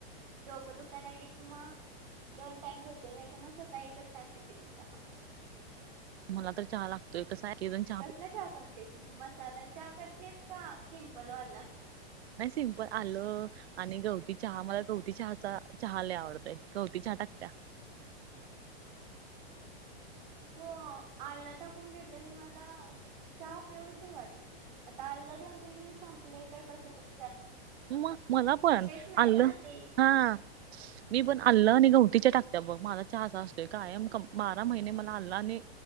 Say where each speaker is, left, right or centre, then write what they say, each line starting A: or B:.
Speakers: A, on the right; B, on the right.
A: डोकं दुखायला लागल कि मग दोन टाइम घेते, नाही तर मग सकाळी एकच टाइम पिते मी चहा.
B: मला तर चहा लागत <unintelligible> कसं हाय
A: कसला चहा करतेस? मसाला चहा करतेस? की सिंपल वाला.
B: नाही, सिंपल आलं आणि गवती चहा, मला गवती चहाचा, चहा लई आवडतोय, गवती चहा टाकत्या.
A: हो, आल टाकून घेतल्याशिवाय मला, चहा पाऊसच वाटत नाही. आता अल्ल दोन-तीन दिवस संपलंय, तर कसं तर
B: म मला पण,
A: नाही
B: अल्ल
A: ना ते
B: हा मी पण अल्ल आणि गवतीच्या टाकत्या बघ, माझा चहा अस असतोय, कायम बारा महिने मला आलं आणि